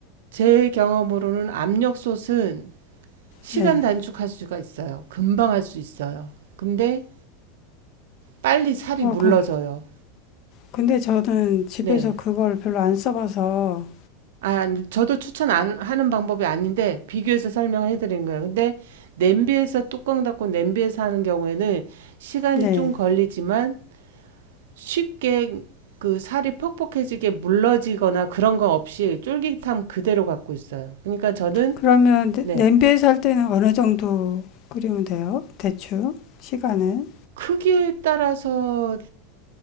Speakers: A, on the right; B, on the left.
A: 제 경험으로는 압력솥은 시간
B: 네.
A: 단축할 수가 있어요. 금방 할 수 있어요. 근데 빨리 살이
B: 어,
A: 물러져요.
B: 그, 근데 저는 집에서
A: 네.
B: 그걸 별로 안 써봐서,
A: 아, 저도 추천 안 하는 방법이 아닌데 비교해서 설명해 드린 거예요. 근데 냄비에서 뚜껑 닫고 냄비에서 하는 경우에는 시간이
B: 네,
A: 좀 걸리지만 쉽게 그 살이 퍽퍽해지게 물러지거나 그런 거 없이 쫄깃함 그대로 갖고 있어요. 그러니까 저는
B: 그러면 네-
A: 네.
B: 냄비에서 할 때는 어느 정도 끓이면 돼요? 대충 시간은?
A: 크기에 따라서